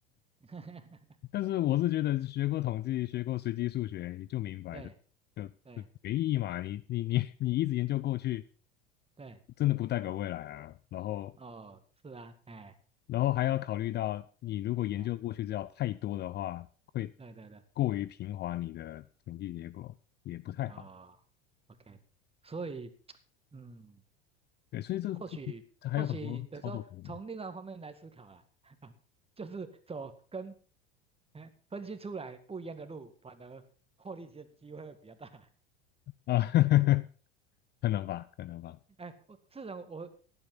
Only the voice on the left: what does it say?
但是我是觉得学过统计、学过随机数学，你就明白的，
就就没意义嘛。
你你你你一直研究过去，
真的不代表未来啊。然后
然后还要考虑到，你如果研究过去资料太多的话，
会
过于平滑你的统计结果，也不太好。
对，所以这这这还有很多操作空间
啊，<laughs> 可能吧，可能吧。